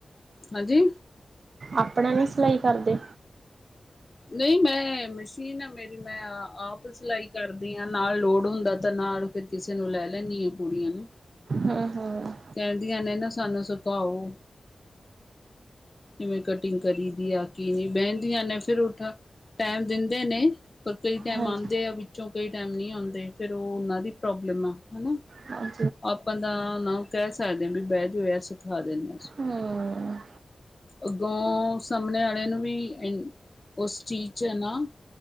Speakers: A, on the left; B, on the right.
A: ਹਾਂਜੀ।
B: ਆਪਣਾ ਨੀ ਸਿਲਾਈ ਕਰਦੇ?
A: ਨਈ ਮੈਂ, ਮਸ਼ੀਨ ਆ ਮੇਰੀ, ਮੈਂ ਆਪ ਸਿਲਾਈ ਕਰਦੀ ਆ। ਨਾਲ ਲੋੜ ਹੁੰਦਾ ਤਾਂ ਨਾਲ ਫੇਰ ਕਿਸੇ ਨੂੰ ਲੈ ਲੈਂਨੀ ਆ, ਕੁੜੀਆਂ ਨੂੰ।
B: ਹਾਂ - ਹਾਂ।
A: ਕੈਂਦੀਆਂ ਨੇ ਨਾ ਸਾਨੂੰ ਸਕਾਓ। ਕਿਵੇਂ ਕਟਿੰਗ ਕਰੀ ਦੀ ਆ ਕਿ ਨੀ। ਬੈਂਦੀਆਂ ਨੇ ਫਿਰ ਉਠਾ ਟੈਮ ਦਿੰਦੇ ਨੇ। ਪਰ ਕਈ ਟੈਮ
B: ਹਾਂਜੀ।
A: ਆਂਦੇ ਆ ਵਿੱਚੋਂ ਕਈ ਟੈਮ ਨੀ ਆਂਦੇ ਫਿਰ ਓ ਉਨਾਂ ਦੀ ਪ੍ਰੋਬਲਮ ਆ, ਹਨਾ।
B: ਹਾਂ।
A: ਆਪਾਂ ਦਾ ਉਨਾਂ ਨੂੰ ਕੈ ਸਕਦੇ ਆ ਵੀ ਬੈਜੋ, ਜੋ ਹੋਇਆ ਸਿਖਾ ਦਿੰਨੇ ਆ ਅਸੀਂ।
B: ਹੂੰ-ਹੂੰ,
A: ਅੱਗੋਂ ਸਾਮਣੇ ਆਲੇ ਨੂੰ ਵੀ ਇਨ ਓ ਸਟੀਚ ਐ ਨਾ।